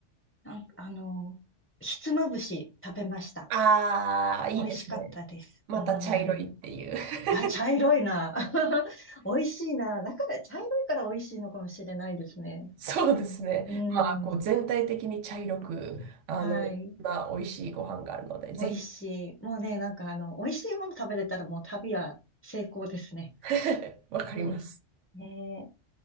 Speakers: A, on the left; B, on the right.
A: なんかあの、ひつまぶし食べました。
B: ああ、いいですね。
A: 美味しかったです。
B: また茶色いっていう。
A: うん。
B: <laughs>
A: あ、茶色いな。<laughs> 美味しいな。だから、茶色いから美味しいのかもしれないですね。
B: そうですね。
A: う
B: まあ、こう全体的に茶色く、
A: ん。
B: あの、
A: はい。
B: いろんな美味しいご飯があるので、ぜひ。
A: 美味しい。もうね、なんかあの、美味しいもの食べれたらもう旅は成功ですね。
B: <laughs> わかります。
A: 美味しい。ねえ